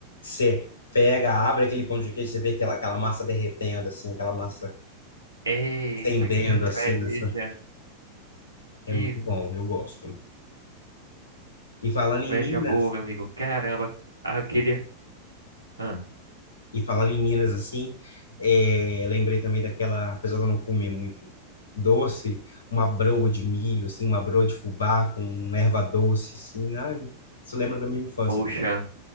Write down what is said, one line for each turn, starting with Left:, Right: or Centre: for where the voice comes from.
Left: Você pega, abre aquele pão de queijo, você vê aquela, aquela massa derretendo, assim, aquela massa
Right: Eita,
Left: fendendo,
Right: que inveja,
Left: assim. Nessa... É
Right: que
Left: muito bom, eu gosto. E falando
Right: inveja
Left: em Minas,
Right: boa, meu amigo. Caramba, ah, eu queria. Ah,
Left: e falando em Minas, assim, é, lembrei também daquela, apesar de eu não comer muito doce, uma broa de milho, assim, uma broa de fubá com erva doce, assim. Ai, isso lembra da minha infância.
Right: poxa,